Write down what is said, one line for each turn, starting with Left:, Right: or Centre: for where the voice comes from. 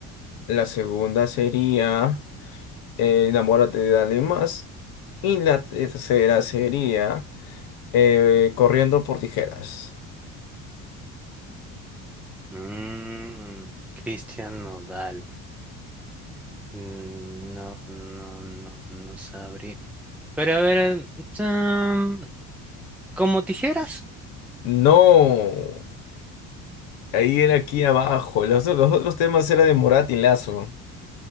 Left: la segunda sería eh, Enamórate de alguien más. Y la tercera sería eh, Corriendo por tijeras.
Centre: Mm, Cristian Nodal. Mm, No, no, no, no sabría. Pero a ver, mm, como tijeras.
Left: No, ahí era aquí abajo. Los, los otros temas era de Morat y Lazo.